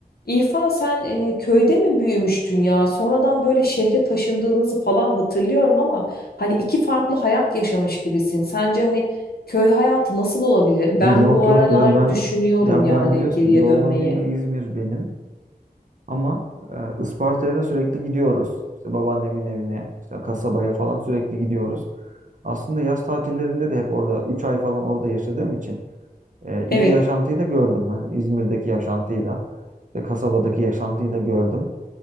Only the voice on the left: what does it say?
İrfan sen e, köyde mi büyümüştün ya? Sonradan böyle şehre taşındığınızı falan hatırlıyorum ama hani iki farklı hayat yaşamış gibisin. Sence hani köy hayatı nasıl olabilir? Ben
bu aralar
düşünüyorum
yani
geriye
dönmeyi.
Evet,